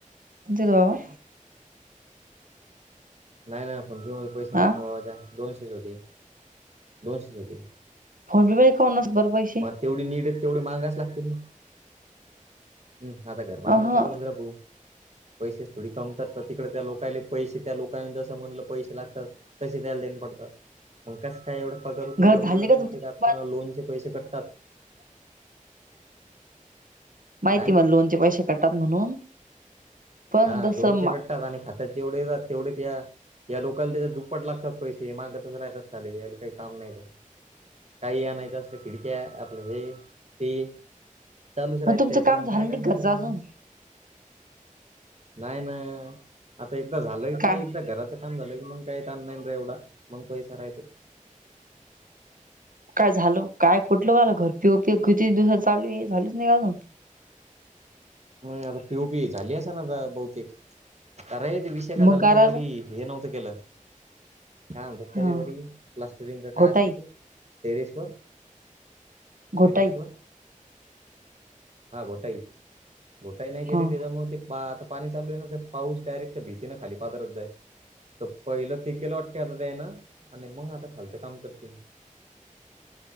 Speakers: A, on the right (about 80°); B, on the right (about 55°).
A: तुमचेच बाबा
B: नाय नाय फोन पे मध्ये पैसे नाहीत
A: हा
B: ना बाबाच्या दोनशेच होते दोनशेच होते.
A: फोन पे बाई काऊंणच बरं पैसे
B: मग तेवढी नीड य तेवढी मांगाच लागतील ना हम् आता घर बांधणं
A: अह
B: चालू होईल ना भु पैसे थोडी कमी करतात तिकडे त्या लोकले पैसे त्या लोकां जसं म्हणलं पैसे लागतात. तसे त्याला देन पडतात मग कस काय एवढे पगार उथून
A: घर
B: जमणार
A: झाले का
B: नाय
A: तुमचं
B: ना ते कारण
A: बांध
B: लोनचे पैसे कट
A: माहिती
B: काय
A: मला लोनचे पैसे कट तात म्हणून पण
B: हा
A: जसं
B: लोनचे
A: मा
B: कटतात आणि खात्यात जेवढे येतात तेवढेच या या लोकला त्याच्या दुप्पट लागतात पैसे मागंतच राहतात साले यायला काही काम नाही काही आणायचे असलं खिडक्या आपलं हे ते चालुच राहट
A: पण तुमचं
B: त्याचं
A: काम
B: मंग
A: झालं
B: काय करणार
A: नाही घरचं
B: बुआ
A: अजून
B: माणूस नाय ना आता एकदा झालं
A: काय
B: ते एकदा घरात काम झालं की मग काय ताण नाय ना एवढा मंग पैसा रायतो.
A: काय झाल काय कुठल वाल घर पिओ पि किती दिवसात चालू ये झालच नाय का अजून
B: होय आता पि ओ पी झाली असणं आता बहुतेक कराय ते विषय काय
A: मग
B: झाला ते
A: राहिलं
B: वरी हे नव्हतं केलं काय म्हणतात त्याले
A: हा
B: वरी प्लास्टरिंग का
A: घोटाई
B: काय असत ते टेरिसवर
A: घोटाई
B: टेरिसवर हा घोटाई घोटाई नाही केली
A: हा
B: त्याच्यामुळे त ते आता पाणी चालू आहे ना पाऊस डायरेक्ट भितीने खाली पाजरत जाय त पहिलं ते केल वाटत त्यान आणि मंग आता खालचं काम करते.